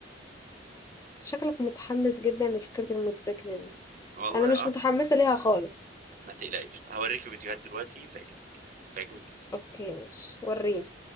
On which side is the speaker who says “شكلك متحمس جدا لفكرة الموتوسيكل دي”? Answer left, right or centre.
Left